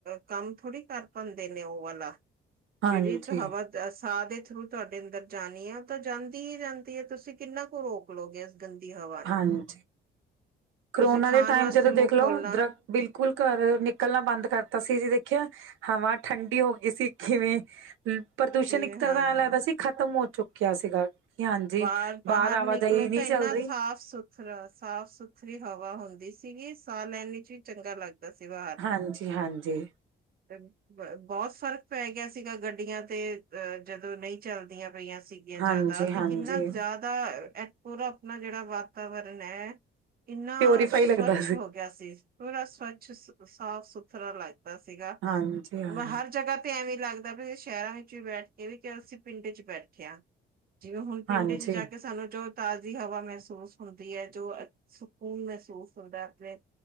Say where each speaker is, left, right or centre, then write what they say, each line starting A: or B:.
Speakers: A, on the right (about 50°); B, on the right (about 85°).
A: ਕੰਮ ਥੋੜ੍ਹੀ ਕਰ ਪਾਂਦੇ ਨੇ ਉਹ ਵਾਲਾ
B: ਹਾਂਜੀ
A: ਜਿਹੜੀ ਹਵਾ ਸਾਹ ਦੇ ਥਰੂ ਤੁਹਾਡੇ ਅੰਦਰ ਜਾਣੀ ਉਹ ਤਾਂ ਜਾਂਦੀ ਹੀ ਜਾਂਦੀ ਹੈ ਤੁਸੀਂ ਕਿੰਨਾ ਕੁ ਰੋਕ ਲਓਗੇ- ਗੰਦੀ ਹਵਾ ਨੂੰ-
B: ਹਾਂਜੀ ਕਰੋਨਾ
A: ਤੁਸੀਂ ਖਾਣ
B: ਦੇ ਟਾਈਮ
A: ਵਾਸਤੇ
B: ਜਦੋਂ
A: ਮੂੰਹ
B: ਦੇਖ ਲਓ
A: ਖੋਲਣਾ
B: ਦਰਤ ਬਿਲਕੁਲ ਘਰ ਨਿਕਲਣਾ ਬੰਦ ਕਰਤਾ ਸੀ ਜ ਦੇਖਿਆ- ਹਵਾ ਠੰਡੀ ਹੋ ਗਈ ਸੀ ਕਿਵੇਂ ਪ੍ਰਦੂਸ਼ਣ
A: ਕਿ
B: ਇੱਕ ਤਰ੍ਹਾਂ
A: ਹਾਂ
B: ਦਾ ਐਂ ਲੱਗਦਾ ਸੀ ਖਤਮ ਹੋ- ਚੁੱਕਿਆ ਸੀਗਾ। ਹਾਂਜੀ
A: ਬਾਰ ਬਾਹਰ
B: ਆਵਾਜਾਈ
A: ਨਿਕਲੋ
B: ਨਹੀਂ
A: ਤਾਂ
B: ਚੱਲ
A: ਇੰਨਾ
B: ਰਹੀ
A: ਸਾਫ਼-ਸੁਥਰਾ ਸਾਫ-ਸੁਥਰਾ ਫ੍ਰੀ ਹਵਾ ਹੁੰਦੀ ਸੀਗੀ ਸਾਹ ਲੈਣੇ ਚ ਵੀ ਚੰਗਾ ਲੱਗ ਸੀ ਵਾਰ
B: ਹਾਂਜੀ ਹਾਂਜੀ
A: ਤੇ ਬ ਬਹੁਤ ਸਾਰੇ ਪੈ ਗਿਆ ਸੀਗਾ ਗੱਡੀਆਂ ਤੇ ਅ ਜਦੋਂ ਨਹੀਂ ਚਲਦੀਆਂ ਪਈਆਂ ਸੀਗੀਆਂ
B: ਹਾਂਜੀ
A: ਜ਼ਿਆਦਾ
B: ਹਾਂਜੀ
A: ਤੇ ਇਨਾ ਜ਼ਿਆਦਾ ਐ ਖੋਰਾ ਆਪਣਾ ਜਿਹੜਾ ਵਾਤਾਵਰਨ ਐ- ਇੰਨਾ
B: ਪਿਓਰੀਫਾਈ
A: ਸਵੱਮਛ
B: ਲੱਗਦਾ
A: ਹੋ ਗਿਆ ਸੀ ਪੂਰਾ ਸਵੱਛ ਸਾਫ-ਸੁਥਰਾ ਲੱਗ ਗ ਸੀਗਾ
B: ਹਾਂਜੀ ਹਾਂ
A: ਹਰ ਜਗ੍ਹਾ ਤੇ ਐਵੇਂ ਲੱਗਦਾ ਵੀ- ਸ਼ਹਿਰਾਂ ਵਿੱਚ ਵੀ ਬੈਠ ਕੇ ਵੀ ਅਸੀਂ ਪਿੰਡ ਚ ਬੈਠੇ ਹਾਂ ਜਿਵੇਂ ਹੁਣ ਪਿੰਡ
B: ਹਾਂਜੀ
A: ਚ ਜਾ ਕੇ ਸਾਨੂੰ ਜੋ- ਤਾਜ਼ੀ ਹਵਾ ਮਹਿਸੂਸ ਹੁੰਦੀ ਹੈ ਜੋ ਸਕੂਨ ਮਹਿਸੂਸ ਹੁੰਦਾ ਆਪਣੇ